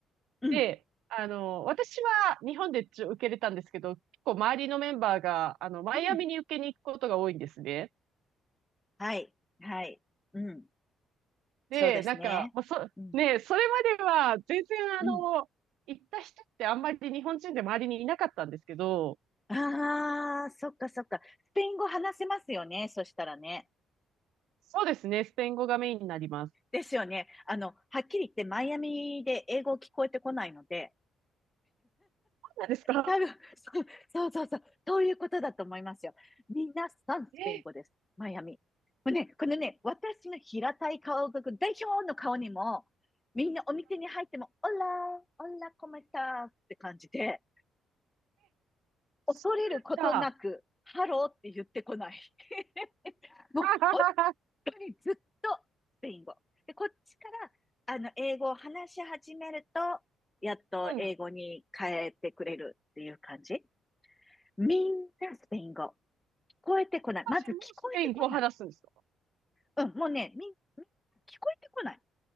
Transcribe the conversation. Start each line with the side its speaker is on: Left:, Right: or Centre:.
Left: うん、
Right: で、あの私は日本でちょ受けれたんですけど、結構周りのメンバーが、あの、マイアミに受けに行くことが多いんですね。
Left: うん。はい、はい。うん。
Right: で、
Left: そうですね。
Right: なんか、まあ、そ、
Left: うん、
Right: ね、それまでは全然あの、
Left: うん。
Right: 行った人ってあんまり日本人で周りにいなかったんですけど、
Left: ああ、そっかそっか。スペイン語話せますよね。そしたらね。
Right: そうですね、スペイン語がメインになります。
Left: ですよね。あの、はっきり言ってマイアミで英語聞こえてこないので、
Right: そうなんですか
Left: 多分、そうそうそうそう、そういうことだと思いますよ。みんなさんスペイン語です。
Right: え、え、
Left: マイアミ。もうね、このね、私の平たい顔族代表の顔にも、みんなお店に入っても、オラー、オラコメスターって感じで、恐れることなく、
Right: そうなんだ。
Left: ハローって言ってこない。<laughs> もう本
Right: <laughs>
Left: 当にずっとスペイン語。で、こっちから、あの、英語を話し始めると、やっと英語に変えてくれるっていう感じ。
Right: うん、
Left: みんなスペイン語。こえてこない。
Right: 私もスペイン語を話すんですか
Left: まず聞こえてこない。うん、もうね、み、み、聞こえてこない。